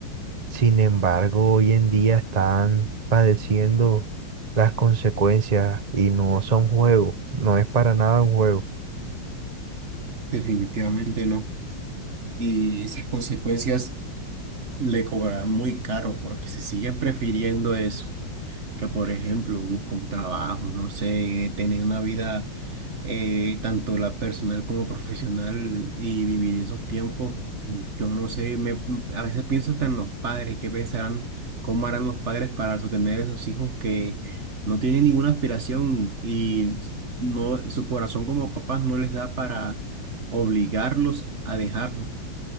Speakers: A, on the right; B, on the right.
A: Sin embargo, hoy en día están padeciendo las consecuencias y no son juegos. No es para nada un juego.
B: Definitivamente no. Y esas consecuencias le cobrarán muy caro porque se siguen prefiriendo eso. que por ejemplo busco un trabajo, no sé, tener una vida eh, tanto la personal como profesional y dividir esos tiempos, mm, yo no sé, me, a veces pienso hasta en los padres, qué pensarán, cómo harán los padres para sostener a esos hijos que no tienen ninguna aspiración y no, su corazón como papás no les da para obligarlos a dejarlo.